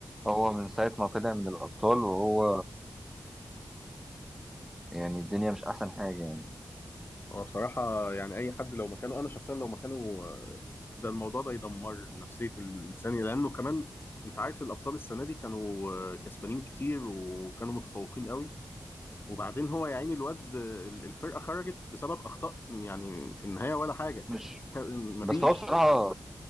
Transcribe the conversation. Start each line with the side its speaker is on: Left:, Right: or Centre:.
Centre: هو من ساعه ما طلع من الابطال وهو يعني الدنيا مش احسن حاجه يعني
Left: هو بصراحة يعني اي حد لو مكانه انا شخصيا لو مكانه آه، ده الموضوع ده يدمر نفسية الانسان لانه كمان انت عارف الابطال السنة دي كانوا آه، كسبانين كتير وكانوا متفوقين قوي وبعدين هو يا عيني الواد ال- الفرقه خرجت بسبب اخطاء يعني في النهايه ولا حاجه
Centre: مش
Left: ك- مفيش
Centre: بس هو بصراحه